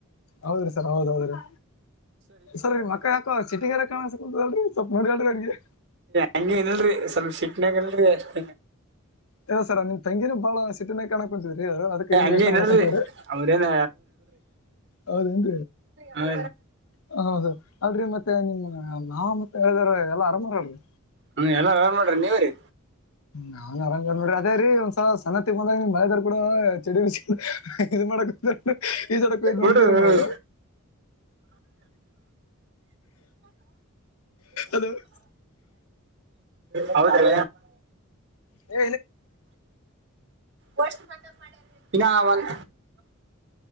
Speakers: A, on the left; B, on the right.
A: ಹೌದ್ರಿ ಸರ್ ಹೌದ್ ಹೌದ್ರೀ ಸರ್ ಮಕ್ಕ ಯಾಕೋ ಸಿಟಗಾರ ಕಾಣಸ ಅಲ ಸ್ವಪ್ನ ನಡಿಡ್ರಗೆ
B: ಹಂಗಗೆ ಇಲ್ರಿ ಸ್ವಲ್ಪ ಶಿಟ್ನಾಗಲ್ರಿ ಅಷ್ಟ
A: ಇಲ್ಲ ಸರ್ ನಿ ತಂಗಿನ ಬಾಳ ಚಿನ ಕಾಣಕಂತೀವ್ರಿ ಅದಕ್ಕೆ
B: ಏ
A: ಏನ್
B: ಹಂಗೆ
A: ಯೋಚನೆ
B: ಏನಲ್ರಿ
A: ಮಾಡ್ಕೊತೀವ್ರಿ
B: ಅವ್ರೇನ
A: ಹೌದನ್
B: ಹೌ
A: ಹ ಹೌದು ಅಲ್ ಮತ್ತೆ ನಿಮ್ಮ ನಾ ಮತ್ತೆ ಹೇಳಿದಾರ ಎಲ್ಲಾ ಆರಾಮ್ ರಡ್ರಿ
B: ಹ್ಮ ಎಲ್ಲ ಯಾರನ್ ಮಾಡ್ರಿ ನೀವ್ರರಿ
A: ನಾನ್ ಆರಾಮ್ ನೋಡಿ ಅದೇ ರೀ ಒಂದ್ಸ ಸಣ್ಣ ತಗೊಂಡಾಗ ನಿಮ್ ಮಳದಾರ್ ಕೂಡ ಚಳಡಿ ಬ ಇದು ಮಾಡಕ ಈ ಸಡಕ್
B: ನೋಡ್ರಿ
A: ನೋಡಿದೀರ ನಾವು ಅದು <unintelligible>
B: ಹೌದ್ರ
A: ಏ
B: ವರ್ಸ್ಟ್ ಮಾತ ಮಾಡ ಇ <unintelligible> ನವನ್